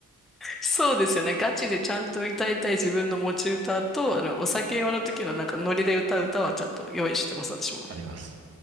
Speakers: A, in the centre; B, on the right (about 40°).
A: そうですよね。ガチでちゃんと歌いたい自分の持ち歌と、あの、お酒用の時のなんかノリで歌う歌はちゃんと用意してます、私も。
B: あります。